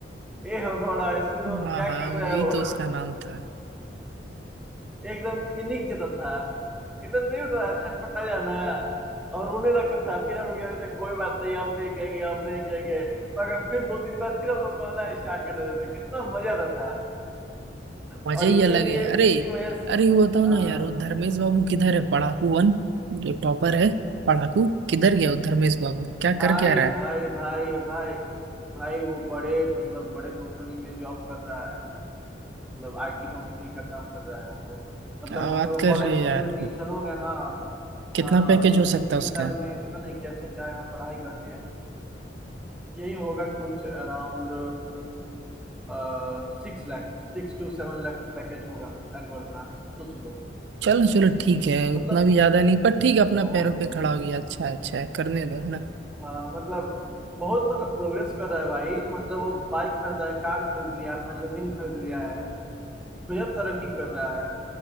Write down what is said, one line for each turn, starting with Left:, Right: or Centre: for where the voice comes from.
Centre: ए हगौड़ा सुनो
Right: <laughs> हाँ
Centre: क्या
Right: हाँ
Centre: कर
Right: वही
Centre: रहे हो
Right: तो उसका नाम था
Centre: एकदम पिनिक जाता था एकदम नहीं होता था छटपटा जाना और रोने लगता था फिर हम लोग कहते थे कोई बात नहीं हम नहीं कहेंगे हम नहीं कहेंगे मगर फिर दो तीन बार फिर हम लोग कहना स्टार्ट कर देते थे कितना मजा आता था
Right: मजा
Centre: और
Right: ही
Centre: इसीलिए
Right: अलग है
Centre: इसी
Right: अरे
Centre: वजह से
Right: अरे वो बताओ
Centre: हाँ,
Right: ना यार वो धर्मेश बाबू किधर है पढ़ाकू वन जो टॉपर है पढ़ाकू किधर गया वो धर्मेश बाबू क्या
Centre: भाई
Right: कर क्या रहा है
Centre: भाई भाई भाई भाई वो बड़े मतलब बड़े कंपनी में जॉब कर रहा है मतलब आईटी कंपनी का काम कर रहा है वो मतलब
Right: क्या
Centre: हम
Right: बात
Centre: लोग
Right: कर
Centre: कॉलेज
Right: रहे
Centre: छूटे
Right: हो यार
Centre: हुए तीन साल हो गया ना
Right: कितना
Centre: हाँ
Right: पैकेज
Centre: उसने
Right: हो सकता
Centre: तीन
Right: है उसका
Centre: साल में पता नहीं कैसे क्या पढ़ाई करके यही होगा कुछ अराउंड सिक्स लाख सिक्स टू सेवन लाख पैकेज होगा एनुअल का सोच लो
Right: चलो चलो ठीक है उतना
Centre: मतलब
Right: भी ज्यादा नहीं पर ठीक है अपना
Centre: बहुत
Right: पैरों पे खड़ा हो गया अच्छा है अच्छा है करने दो है ना
Centre: हाँ मतलब बहुत मतलब प्रोग्रेस कर रहा है भाई मतलब वो बाइक खरीदा है कार खरीद लिया अपना जमीन खरीद लिया है गजब तरक्की कर रहा है